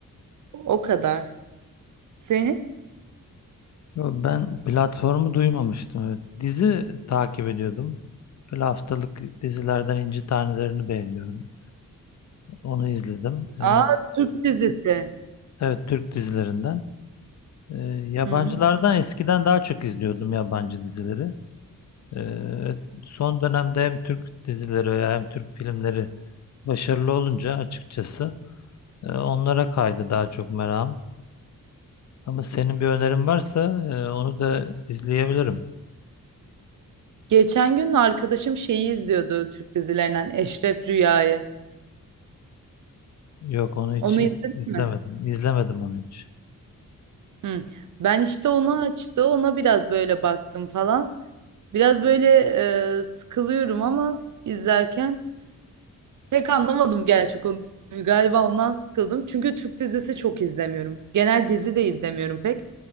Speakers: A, on the right; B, on the left.
A: O kadar. Seni?
B: Yo, ben platformu duymamıştım. Evet. Dizi takip ediyordum. Böyle haftalık dizilerden İnci Taneleri'ni beğeniyorum. Onu izledim.
A: Aa
B: Ee,
A: Türk dizisi.
B: evet Türk dizilerinden. Ee, yabancılardan
A: Hı hı.
B: eskiden daha çok izliyordum yabancı dizileri. Ee, evet, son dönemde hem Türk dizileri hem Türk filmleri başarılı olunca açıkçası e, onlara kaydı daha çok merakım. Ama senin bir önerin varsa e, onu da izleyebilirim.
A: Geçen gün arkadaşım şeyi izliyordu Türk dizilerinden Eşref Rüya'yı.
B: Yok onu hiç
A: Onu
B: iz-
A: izledin
B: izlemedim.
A: mi?
B: İzlemedim onu hiç.
A: Hı. Ben işte onu açtı. Ona biraz böyle baktım falan. Biraz böyle e, sıkılıyorum ama izlerken pek anlamadım gerçi konuyu. Galiba ondan sıkıldım. Çünkü Türk dizisi çok izlemiyorum. Genel dizi de izlemiyorum pek.